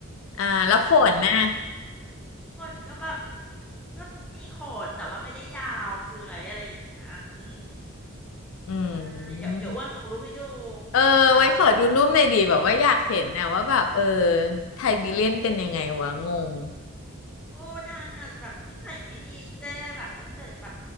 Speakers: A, on the left (about 70°); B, in the centre.
A: อ่าแล้วขนน่ะ
B: หูขนก็แบบก็มีขนแต่ว่าไม่ได้ยาวเฟื่อยอะไรอย่างเงี้ยอืม
A: อืม
B: ใช่เดี๋ยวเดี๋ยวอ้วนส่งรูปให้ดู
A: เออไว้ขอดูรูปหน่อยดีแบบว่าอยากเห็นนะว่าแบบเออ
B: ก็คือแบบว่า
A: ไทยบีเลียนเป็นยังไงวะงง
B: โอ้นางอ่ะแบบนิสัยไม่ดีเจ้แบบตั้งแต่แบบ